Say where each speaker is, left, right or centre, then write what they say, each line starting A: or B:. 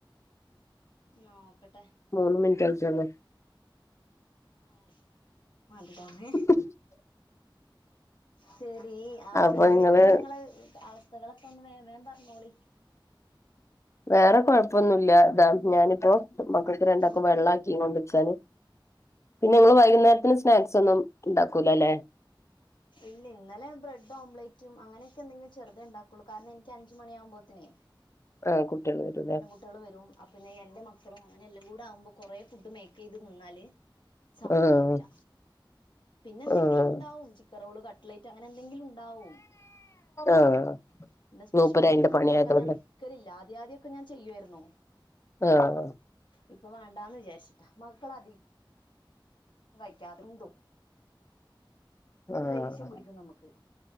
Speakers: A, on the left; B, on the left.
A: ന്നോക്കട്ടെ
B: മൂന്ന് മിൻറ്റായ്ട്ടൊള്ളൂ
A: ആഹ് <unintelligible>
B: ഉം
A: ശെരി ആഹ്
B: അപ്പൊ
A: പിന്നെന്തൊക്കെയാണ്
B: നിങ്ങള്
A: ങ്ങള് അവസ്ഥകളൊക്കെ ഒന്ന് വേ വേൻ പറഞ്ഞോളി
B: വേറെ കൊഴപ്പൊന്നുല്ല താ ഞാനിപ്പോ മക്കക്ക് രണ്ടാക്
A: ഉം
B: വെള്ള ആക്കീം കൊണ്ട് ക്കാണ് പിന്നെ നിങ്ങൾ വൈകുന്നേരത്തിന് സ്നാക്സ് ഒന്നും ഉണ്ടാക്കൂലല്ലെ
A: ഇല്ല ഇന്നലെ ബ്രെഡ് ഓംലറ്റും അങ്ങനെയൊക്കെ എന്തെങ്കിലും ചെറുതേ ഉണ്ടാക്കുള്ളൂ കാരണം എനിക്ക് അഞ്ചുമണിയാകുമ്പോത് നേ
B: ആഹ് കുട്ടിൾ വരൂല്ലേ
A: ട്ട്യേൾ വരും അപിന്നെ എന്റെറ മക്കളും അങ്ങനെ എല്ലാം കൂടെ ആകുമ്പോൾ കുറെ ഫുഡ് മേക്ക് ചെയ്ത് നിന്നാല് സമയം
B: ആഹ്
A: ഉണ്ടാവൂല്ല പിന്നെ എന്തെങ്കിലും
B: ആഹ്
A: ഉണ്ടാവും ചികറോൾ കട്ട്‌ലറ്റ് അങ്ങനെ എന്തെങ്കിലു ഉണ്ടാവും.
B: ആഹ്
A: പിന്നെ സ്പെഷ്യൽ
B: മൂപ്പര്
A: ആയിട്ട്
B: അയിന്റെ
A: ഒന്ന്
B: പണിയായതൊണ്ട്
A: ഇണ്ടാക്കാൻ ഞാൻ നി ക്കലില്ല ആദ്യം ആദ്യക്കെ ഞാൻ ചെയ്യുആയിരുന്നു.
B: ആഹ്
A: ഇപ്പൊ വേണ്ടാന്ന് വിചാരിച്ചിട്ടാ മക്കള അധിക കഴിക്കാത്തന്തും
B: ആഹ്
A: ദേഷ്യം പിടിക്കും നമുക്ക്